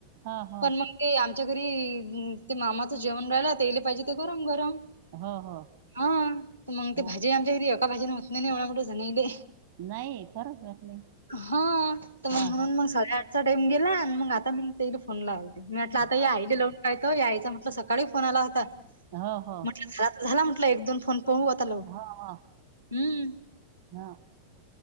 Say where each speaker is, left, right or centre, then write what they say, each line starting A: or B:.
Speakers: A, on the right (about 50°); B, on the right (about 85°).
A: हा हा
B: पण मग ते आमच्या घरी ते मामाचं जेवण राहिला तेले पाहिजे ते गरम गरम
A: हो हो
B: हा तर मग
A: हा
B: ते भाजी आमच्या घरी एका भाजीने होत नाही नाही एवढ मोठं जणले
A: नाही खरंच होत नाही
B: हा तर
A: हा
B: म्हणून
A: हा
B: मग साध चा टाईम गेला आणि मग आता मी ते फोन लावती मी म्हटलं आता
A: हा
B: या आली लावून य तो यायचं म्हटलं सकाळी फोन आला होता
A: हो हो
B: म्हट झाला तर झाला म्हटलं एक दोन फोन पहूता
A: हा हा
B: हम्म
A: हां